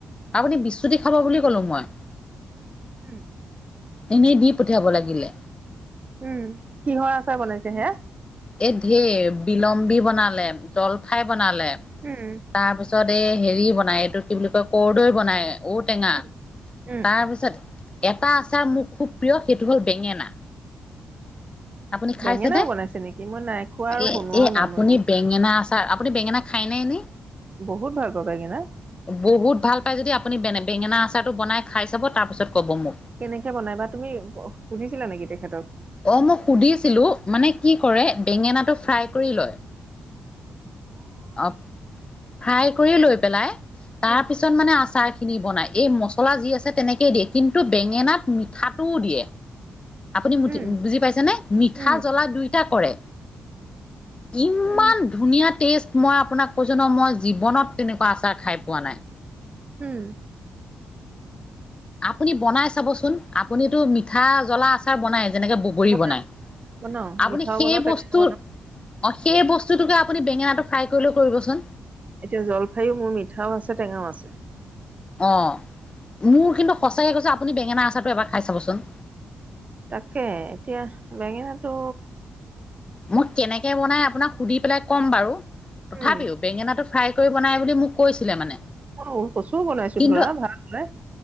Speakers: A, on the left; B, on the right.
A: আপুনি বিচুতি খাব বুলি ক'লো মই
B: উম।
A: এনেই দি পঠিয়াব লাগিলে
B: উম কিহৰ আচাৰ বনাইছে হে।
A: এ ধেৰ বিলম্বী বনালে জলফাই বনালে তাৰপিছত।
B: উম
A: তাৰপিছত এই হেৰি বনায় এইটো কি বুলি কয় কৰৰ্দৈ বনায়। ঔটেঙা
B: উম উম
A: তাৰপিছত এটা আচাৰ মোৰ খুব প্ৰিয় সেইটো হ'ল বেঙেনা আপুনি খাইছে
B: বেঙেনাও
A: দে
B: বনাইছে নেকি মই নাই খোৱা আৰু
A: এ,
B: বনোৱাও
A: এ
B: নাই
A: আপুনি
B: মইতো
A: বেঙেনা আছে ত আপুনি বেঙেনা খাই নাই নি।
B: বহুত ভাল কথ কি না
A: বহুত ভাল পায় যদি আপুনি বে বেঙেনা আচাৰটো বনাই খাই চাব তাৰপিছত ক'ব মোক।
B: কেনেকে বনাই বা তুমি সুধিছিলা নেকি তেখেতক।
A: অ', মই সুধিছিলো মানে কি কৰে বেঙেনাটো ফ্ৰাই কৰি লয় অ ফ্ৰাই কৰি লৈ পেলাই তাৰ
B: উম
A: পিছত মানে আচাৰ। খিনি বনাই এই মছলা যি আছে। তেনেকেই দিয়ে কিন্তু বেঙেনাত মিঠাটোও দিয়ে। আপুনি
B: উম
A: বুজি পাইছে নে মিঠা
B: উম
A: জ্বলা দুইটা কৰে। ইমান
B: উম
A: ধুনীয়া। মই আপোনাক কৈছো ন মই জীৱনত তেনেকুৱা আচাৰ খাই পোৱা নাই।
B: উম
A: আপুনি বনাই চাবচোন আপুনিটো মিঠা জ্বলা আচাৰ বনাইছে। যেনেকে বগৰী
B: বনাও
A: বনাই
B: বনাও
A: আপুনি
B: মিঠাও
A: সেই
B: বনাও টেঙাও
A: বস্তু
B: বনাও
A: অ সেই বস্তু। <unintelligible> আপুনি বেঙেনাটো ফ্ৰাই কৰিলেও কৰিবচোন।
B: এতিয়া জলফাইয়ো মোৰ মিঠাও আছে টেঙাও আছে।
A: অ মোৰ কিন্তু সঁচাকে কৈছ আপুনি বেঙেনা আচাৰটো এবাৰ খাই চাবচোন।
B: তাকে এতিয়া বেঙেনাটো।
A: মই কেনেকে বনাই আপোনাক সুধি পেলাই ক'ম বাৰু তথাপিও
B: উম
A: বেঙেনাটো ফ্ৰাই। কৰি বনাই বুলি মোক কৈছিলে মানে।
B: অ কচুও বনাইছো
A: কিন্তু
B: ধৰা ভালে